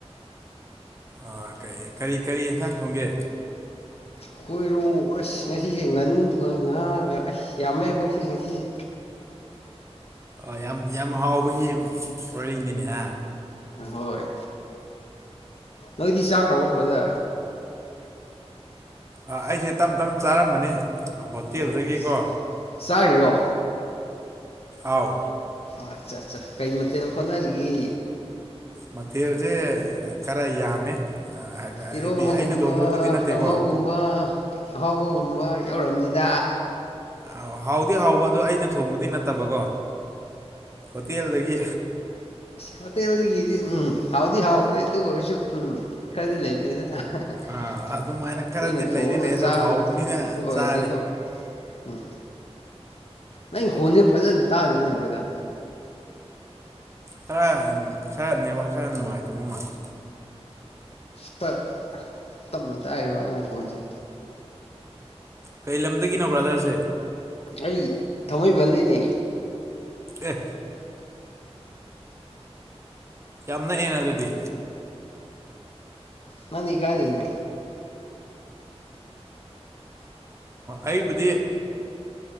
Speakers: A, on the right; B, on the left.
A: ꯑ ꯀꯩ ꯀꯔꯤ ꯀꯔꯤ ꯍꯦꯟꯁꯥꯡ ꯊꯣꯡꯒꯦ
B: ꯈꯣꯏꯔꯣ ꯑꯁ ꯉꯁꯤꯁꯦ ꯉꯥꯅꯨꯒ ꯉꯥꯒ ꯑꯁ ꯌꯥꯝꯃꯦ ꯍꯣꯏ ꯑꯩ ꯉꯁꯤꯖꯦ
A: ꯑ ꯌꯥꯝ ꯌꯥꯝ ꯍꯥꯎꯕꯒꯤ ꯋꯥꯔꯤꯅꯤꯅꯦ ꯍꯥ
B: ꯍꯣꯏ ꯅꯣꯏꯗꯤ ꯆꯥꯈ꯭ꯔꯕ ꯐꯗ
A: ꯑ ꯑꯩꯁꯦ ꯇꯝ ꯇꯞ ꯆꯥꯔꯝꯕꯅꯦ ꯍꯣꯇꯦꯜꯗꯒꯤꯀꯣ
B: ꯑꯣ ꯆꯥꯔꯤꯔꯣ
A: ꯑꯥꯎ
B: ꯑꯠꯆꯥ ꯑꯠꯆꯥ ꯀꯩ ꯃꯊꯦꯜ ꯍꯣꯠꯅꯔꯤꯒꯦ
A: ꯃꯊꯦꯜꯁꯦ ꯈꯔ ꯌꯥꯝꯃꯦ ꯑꯥ ꯍꯥꯏꯗꯤ
B: ꯏꯔꯣꯃꯒꯨꯝꯕ
A: ꯑꯩꯅ ꯊꯣꯡꯕꯕꯨꯗꯤ ꯅꯠꯇꯦꯀꯣ
B: ꯀꯥꯡꯉꯧꯒꯨꯝꯕ ꯑꯍꯥꯎꯕꯒꯨꯝꯕ ꯌꯧꯔꯝꯅꯤꯗ
A: ꯑ ꯍꯥꯎꯗꯤ ꯍꯥꯎꯕ ꯑꯗꯨꯣ ꯑꯩꯅ ꯊꯣꯡꯕꯗꯤ ꯅꯠꯇꯕꯀꯣ ꯍꯣꯇꯦꯜꯗꯒꯤ
B: ꯍꯣꯏꯇꯦꯜ ꯑꯗꯨꯒꯤꯗꯤ ꯎꯝ ꯍꯥꯎꯗꯤ ꯍꯥꯎꯕꯅꯦ ꯑꯗꯨ ꯑꯣꯏꯔꯁꯨ ꯎꯝ ꯈꯔꯗꯤ ꯂꯩꯕꯅꯤꯗ ꯑꯩꯈꯣꯏꯅ
A: ꯑꯥ ꯑꯗꯨꯃꯥꯏꯅ ꯈꯔꯗꯤ
B: ꯊꯣꯡꯒ
A: ꯂꯩꯗꯤ ꯂꯩ ꯑꯗꯣ
B: ꯆꯥꯕꯕꯨ
A: ꯍꯥꯎꯕꯅꯤꯅ
B: ꯑꯣꯏꯔꯗꯤꯀꯣ
A: ꯆꯥꯔꯦ
B: ꯎꯝ ꯅꯪ ꯈꯣꯟꯁꯦ ꯐꯖꯅ ꯇꯥꯗꯦꯅꯦꯕ꯭ꯔꯗ
A: ꯍꯔ ꯈꯔꯅꯦꯕ ꯈꯔ ꯅꯨꯡꯉꯥꯏꯇꯕ ꯃꯥꯜꯂꯦ
B: ꯁꯥ ꯇꯞꯅ ꯇꯥꯛ ꯋꯥ ꯅ ꯐꯣꯟꯁꯦ
A: ꯀꯩ ꯂꯝꯗꯒꯤꯅꯣ ꯕ꯭ꯔꯥꯗꯔꯁꯦ
B: ꯑꯩ ꯊꯃꯣꯏ ꯐꯗꯩꯅꯦ
A: ꯑꯦ ꯌꯥꯝ ꯅꯛꯑꯦꯅ ꯑꯗꯨꯗꯤ
B: ꯅꯅꯤ ꯀꯥꯏꯗꯅꯣ
A: ꯑꯩꯕꯨꯗꯤ